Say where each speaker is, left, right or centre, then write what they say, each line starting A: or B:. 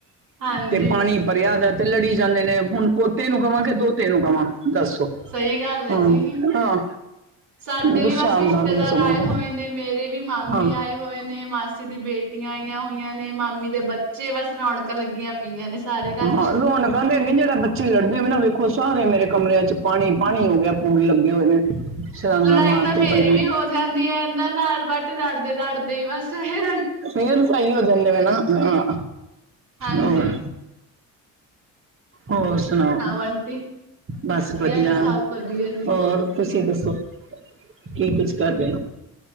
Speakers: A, on the right (about 60°); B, on the right (about 40°).
A: ਹਾਂਜੀ
B: ਤੇ ਪਾਣੀ ਭਰਿਆ ਦਾ ਤੇ ਲੜੀ ਜਾਂਦੇ ਨੇ, ਹੁਣ ਪੋਤੇ ਨੂੰ ਕਵਾਂ ਕੇ ਦੋਤੇ ਤੇ ਨੂੰ ਕਵਾਂ। ਦੱਸੋ
A: ਸਹੀ ਗੱਲ ਹੈ
B: ਹਾਂ
A: ਜੀ,
B: ਹਾਂ
A: ਸਾਡੇ
B: ਗੁੱਸਾ
A: ਵੀ ਬਸ
B: ਆਉਂਦਾ
A: ਰਿਸ਼ਤੇਦਾਰ
B: ਪਿਆ ਸਗੋਂ
A: ਆਏ ਹੋਏ ਨੇ, ਮੇਰੇ ਵੀ ਮਾਮੀ
B: ਹਾਂ
A: ਆਏ ਹੋਏ ਨੇ, ਮਾਸੀ ਦੀ ਬੇਟੀਆਂ ਆਈਆਂ ਹੋਈਆਂ ਨੇ, ਮਾਮੀ ਦੇ ਬੱਚੇ ਬਸ ਰੌਣਕਾਂ ਲੱਗੀਆਂ ਪਈਆਂ ਨੇ ਸਾਰੇ ਘਰ
B: ਹਾਂ
A: ਚ।
B: ਰੋਣਕਾਂ ਤੇ ਨਹੀਂ, ਜਿਹੜੇ ਬੱਚੇ ਲੜਦੇ ਵੇ ਨਾ ਵੇਖੋ, ਸਾਰੇ ਮੇਰੇ ਕਮਰਿਆਂ ਚ ਪਾਣੀ ਪਾਣੀ ਹੋ ਗਿਆ। ਪੂਲ ਲੱਗੇ ਹੋਏ ਨੇ ਛਲਾਂਗਾ
A: ਲੜਾਈ
B: ਮਾਰਦੇ
A: ਤਾਂ ਮੇਰੀ
B: ਪਏ ਨੇ
A: ਵੀ ਹੋ ਜਾਂਦੀ ਹੈ ਇਹਨਾਂ ਨਾਲ, ਬਟ ਲੜਦੇ ਲੜਦੇ ਦੇ ਬੱਸ ਹੇ
B: ਫੇਰ ਸਹੀ ਹੋ ਜਾਂਦੇ ਨੇ ਨਾ। ਆਂ,
A: ਹਾਂਜੀ
B: ਆਂ ਹੋਰ ਸੁਣਾਓ,
A: ਆਂਟੀ?
B: ਬਸ ਵਧੀਆ।
A: ਜੀ ਸਭ ਵਧੀਆ ਜੀ।
B: ਹੋਰ ਤੁਸੀਂ ਦੱਸੋ ਕੀ ਕੁਛ ਕਰ ਰਹੇ ਹੋ।